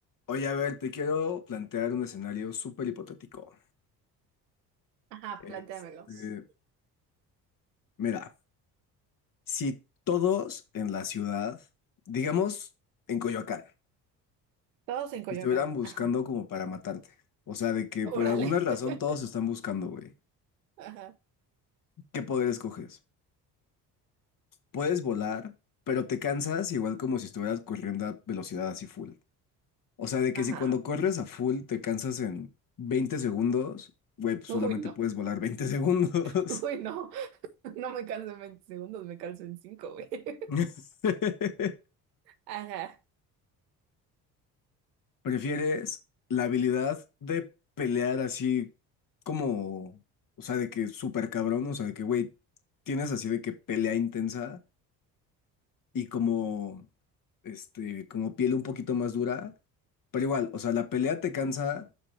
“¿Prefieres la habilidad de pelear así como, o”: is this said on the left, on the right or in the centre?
Left